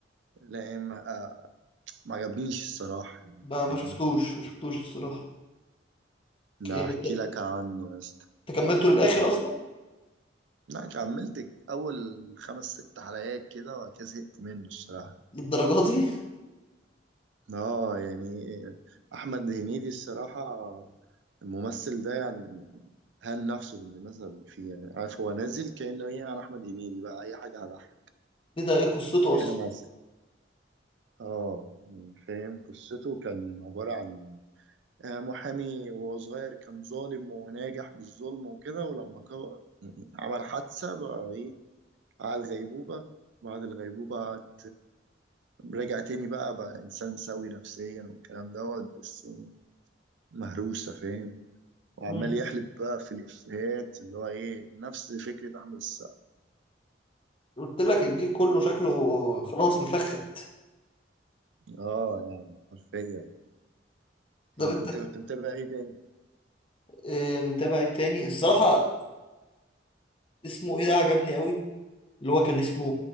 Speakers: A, on the right (about 80°); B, on the left (about 30°).
A: لا ما آه، ما عجبنيش الصراحة يعني
B: ما
A: فاهمني؟
B: ما شفتوش ما شفتوش الصراحه
A: لا
B: يعني
A: أحكي
B: انت
A: لك عنه يا اسطى
B: أنت كملته للاخر اصلا
A: لا كملت اول خمس ست حلقات كده وبعد كده زهقت منه الصراحه
B: للدرجه دي
A: اه يعني احمد هنيدي الصراحه الممثل ده يعني هان نفسه بالمناسبه اللي فيه يعني عارف هو نازل كانه ايه انا احمد هنيدي بقى اي حاجه هضحك
B: <laughs> ايه ده ايه قصته
A: حاجه مثلا اه يعني فاهم قصته كان عباره عن آه، محامي وهو صغير كان ظالم وناجح بالظلم وكده ولما كو- عمل حادثة بقى ايه قعد غيبوبة بعد الغيبوبة قعد رجع تاني بقى بقى إنسان سوي نفسيا والكلام دوت بس مهروسة فاهم وعمال
B: اصلا
A: يحلب بقى في الإفيهات اللي هو إيه نفس فكرة أحمد السقا
B: قلت لك الجيل كله شكله خلاص مفخت
A: آه يعني حرفيا
B: طب
A: أنت
B: انت
A: كنت متابع إيه تاني؟
B: آه، متابع ايه تاني الصراحة اسمه ايه ده عجبني قوي اللي هو كان اسمه